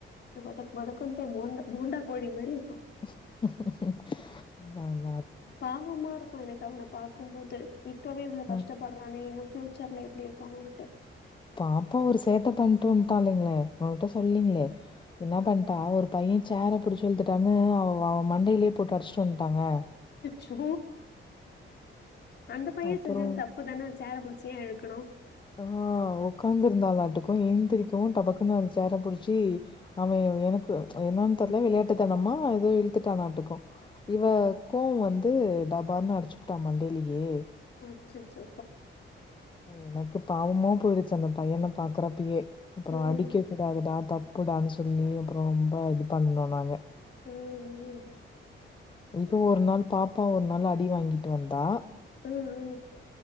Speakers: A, on the left; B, on the left.
A: ததக்புதக்னும போண்டா கோழி மாதிரி இருக்கும்
B: ப்ப <unintelligible>
A: பாவமா இருக்கு எனக்கு அவன பாத்தா இக்கும்போது இப்பவே இவ்வளவு கஷ்டப்படுறானேன்னு
B: ம்.
A: ஃபியூச்சர்ல எப்டி இருப்பானோன்ட்டு
B: பாப்பா ஒரு சேட்ட பண்ட்டு வந்துடல்லைங்களே ஒங்கிட்ட சொல்லீங்களே என்ன பண்ட்டா ஒரு பைய சேர பிடிச்சு இழுத்துட்டானு அவ அவ மண்டையிலேயே போட்டு அடுச்சுட்டு வந்துட்ட ட்டாங்க
A: சோ அந்த பைய
B: அப்புறம்
A: செஞ்சது தப்புதான சேர புடு ஏ இழுக்கனு
B: ஆ ஒக்காந்து இருந்தாளாட்டுக்கு ஏந்திரிக்கவு டபக்குன்னு அ சேர புடிச்சி அவ எனக்கு என்னன்னு தெர்ல விளையாட்டு தனமா ஏதோ இழுத்துட்டானாட்டுக்கு இவ கோவ வந்து டபார்னு அடுச்சு புட்டா மண்டையிலயே
A: அச்சசோ
B: எனக்கு பாவமா போயிடுச்சு அந்த பையன பாக்குறப்பயே அப்றோ
A: ம்,
B: அடிக்க கூடாதுடா தப்பு தப்புடான்னு சொல்லி அப்றோ ரொம்ப இது பண்ணோ நாங்க
A: ம் உம்
B: இப்ப ஒரு நாள் பாப்பா ஒரு நாள் அடி வாங்கிட்டு வந்தா
A: ம் ம்